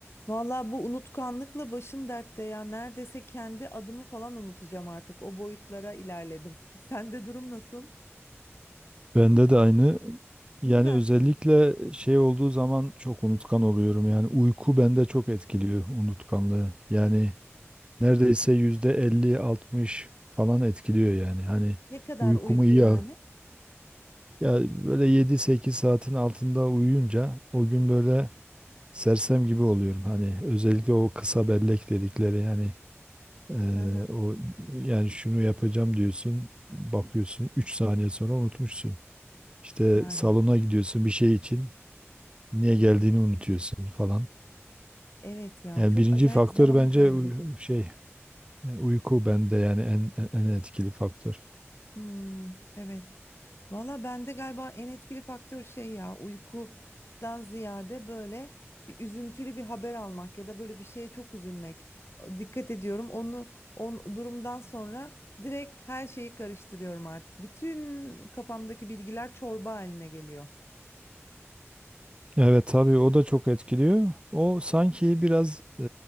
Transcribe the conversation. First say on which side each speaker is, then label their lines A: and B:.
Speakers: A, on the left; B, on the right.
A: Valla bu unutkanlıkla başım dertte ya. Neredeyse kendi adımı falan unutacağım artık. O boyutlara ilerledim. <laughs> Sende durum nasıl?
B: Bende de aynı. Yani
A: Cidden.
B: özellikle şey olduğu zaman çok unutkan oluyorum. Yani uyku bende çok etkiliyor unutkanlığı. Yani neredeyse yüzde elli altmış falan etkiliyor yani. Hani
A: Ne kadar
B: uykumu
A: uyku
B: iyi
A: yani?
B: al. Ya böyle yedi sekiz saatin altında uyuyunca o gün böyle sersem gibi oluyorum. Hani özellikle o kısa bellek dedikleri yani eee,
A: Hı hı,
B: o yani şunu yapacağım diyorsun bakıyorsun 3 saniye sonra unutmuşsun. İşte
A: Yani.
B: salona gidiyorsun bir şey için. Niye geldiğini unutuyorsun falan.
A: Evet ya.
B: Yani
A: Çok
B: birinci
A: acayip
B: faktör
A: zaman
B: bence
A: kaybı.
B: uy- şey e, uyku bende yani en en en etkili faktör.
A: Hmm, evet. Valla bende galiba en etkili faktör şey ya uykudan ziyade böyle bir üzüntülü bir haber almak ya da böyle bir şeye çok üzülmek. Dikkat ediyorum onu on durumdan sonra direkt her şeyi karıştırıyorum artık. Bütün kafamdaki bilgiler çorba haline geliyor.
B: Evet tabii o da çok etkiliyor. O sanki biraz e,